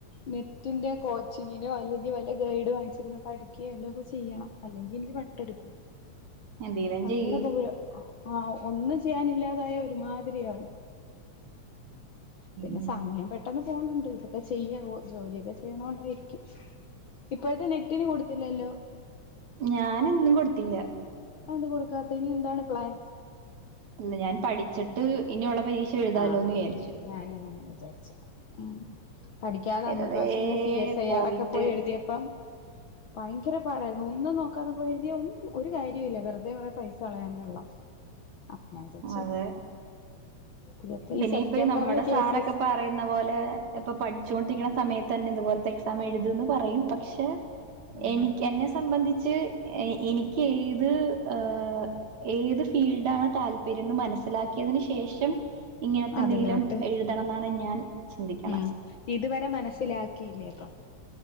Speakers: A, on the left (about 60°); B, on the right (about 75°).
A: നെറ്റിന്റെ കോച്ചിങ്ങിനോ അല്ലെങ്കിൽ വല്ല ഗൈഡ് വാങ്ങിച്ചിരുന്ന് പഠിക്കുക്കേ എന്തോലും ഒക്കെ ചെയ്യണം അല്ലെങ്കിൽ എനിക്ക് വട്ട് എടു
B: ഉം <inaudible> എന്തെലും
A: അവരോടപ്പ
B: ചെയ്യ്
A: ആഹ് ഒന്നും ചെയ്യാനില്ലാതായ ഒരുമാതിരിയാവും പിന്നെ
B: ഉം
A: സമയം പെട്ടന്ന് പോണുണ്ട് ഇതൊക്കെ ചെയ്യാം ജോലിയൊക്കെ ചെ ചെയ്യണോണ്ട് ആയിരിക്കും ഇപ്പോഴത്തെ നെറ്റിന് കൊടുത്തില്ലല്ലോ
B: ഞാനൊന്നും കൊടുത്തില്ല
A: എന്താണ് കൊടുക്കാത്ത ഇനി എന്താണ് പ്ലാൻ
B: ഇല്ല ഞാൻ പഠിച്ചിട്ട് ഇനിയുള്ള പരീക്ഷ എഴുതാലോ
A: ആഹ്
B: എന്ന് വിചാരിച്ചു
A: ഞാനും അങ്ങനെയാ വിചാരിച്ച ഉം പഠിക്കാതെ
B: വെറുതെ
A: അന്ന് ഒരു പ്രാവശ്യം ഞാൻ സി എസ് ഐ
B: പോയിട്ട്
A: ആർ ഒക്കെ പോയി എഴുതിയപ്പം ഭയങ്കര പാടായിരുന്നു ഒന്നും നോ ഒന്നും നോക്കാതെ പോയി എഴുതിയ ഒന്നും ഒരു കാര്യം ഇല്ല വെറുതെ കുറെ പൈസ കളയന്നെ ഉള്ളു അപ്പൊ ഞാൻ വിചാരിച്ച്
B: അതെ
A: ഇതിപ്പോ
B: പിന്നെ
A: ഈ സെപ്റ്റംബറില്
B: ഇപ്പ നമ്മുടെ
A: കെ
B: സാറൊക്കെ
A: സി എസ്
B: പറയുന്ന പോലെ ഇപ്പൊ പഠിച്ചോണ്ടിരിക്കുന്ന സമയത്തന്നെ ഇതുപോലത്തെ എക്സാം എഴുതന്ന് പറയും പക്ഷെ
A: ഉം
B: എനിക്ക് എന്നെ സംബന്ധിച്ച് എനിക്ക് എഴ്ത് ഏഹ് ഏത് ഫീൽഡാണ് താല്പര്യം എന്ന് മനസ്സിലാക്കിയതിന് ശേഷം ഇങ്ങൻത്തെന്തെങ്കിലും
A: അതിലോട്ട്
B: എഴു തണം എന്നാണ് ഞാൻ ചിന്തിക്കണെ
A: ഉം ഇതുവരെ മനസ്സിലാക്കിയില്ലേ അപ്പൊ